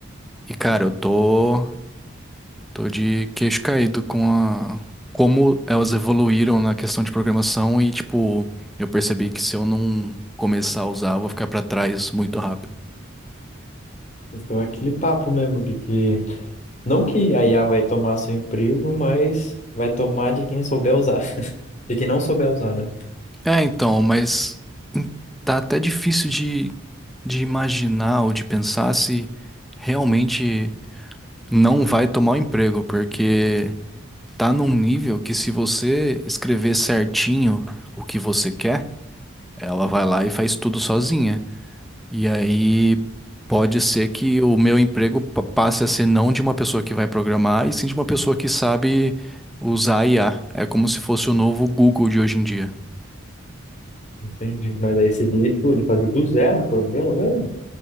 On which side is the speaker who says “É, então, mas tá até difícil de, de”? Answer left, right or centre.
Centre